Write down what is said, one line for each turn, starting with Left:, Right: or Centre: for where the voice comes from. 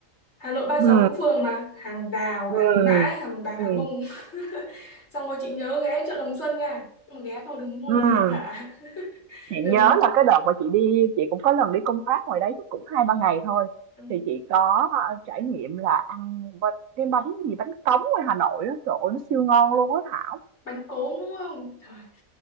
Left: Hà Nội ba mươi
Right: Ừ.
Left: sáu phố Phường mà hàng đào
Right: Ừ.
Left: hàng mã hàng bạc
Right: Ừ.
Left: hàng bông <laughs> xong rồi chị nhớ ghé chợ Đồng Xuân nha nhưng mà ghé thôi đừng mua
Right: Ừ,
Left: gì cả <laughs>
Right: chị
Left: đừng
Right: nhớ là cái đợt mà chị đi chị cũng có lần đi công tác ngoài đấy chắc cũng hai ba ngày thôi.
Left: ừ,
Right: Thì chị có, a, trải nghiệm là ăn bánh cái bánh gì bánh cống ngoài Hà Nội á, trời ơi, nó siêu ngon luôn á Thảo.
Left: bánh cốm đúng không Trời.